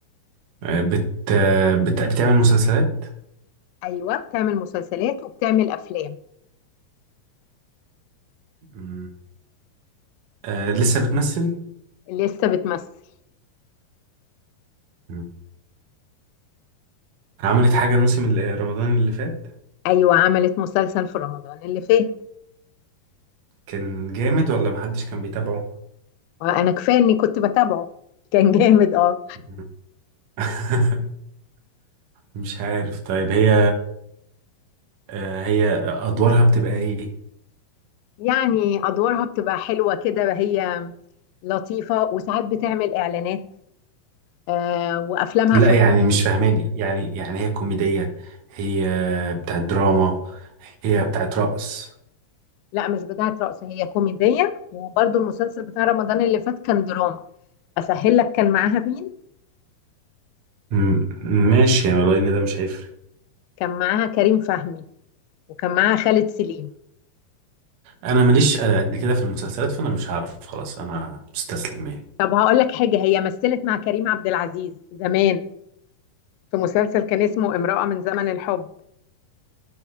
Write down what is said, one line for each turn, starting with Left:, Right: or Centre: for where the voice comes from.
Right: آه، بت آه، بت- بتعمل مسلسلات
Left: ايوه بتعمل مسلسلات وبتعمل افلام
Right: مم. آه، لسه بتمثل
Left: لسه بتمثل
Right: مم. عملت حاجة الموسم اللي- رمضان اللي فات
Left: ايوه عملت مسلسل في رمضان اللي فات
Right: كان جامد ولا محدش كان بيتابعه
Left: انا كفايه اني كنت بتابعه كان جامد اه
Right: مم. <laughs> مش عارف طيب هي آه، هي أدوارها بتبقى إيه
Left: يعني ادوارها بتبقى حلوه كده هي لطيفه وساعات بتعمل اعلانات آه وافلامها
Right: لا
Left: خفيفه
Right: يعني مش فاهماني يعني يعني هي كوميدية هي بتاعت دراما هي بتاعت رقص
Left: لا مش بتاعه رقص هي كوميديه وبرضو المسلسل بتاع رمضان اللي فات كان دراما اسهل لك كان معاها مين
Right: م- ماشي يعني والله ان ده مش هيفرق
Left: كان معاها كريم فهمي وكان معاها خالد سليم
Right: انا ماليش قد كده في المسلسلات فانا مش هعرف خلاص انا مستسلم يعني
Left: طب هقول لك حاجه هي مثلت مع كريم عبد العزيز زمان في مسلسل كان اسمه امرأة من زمن الحب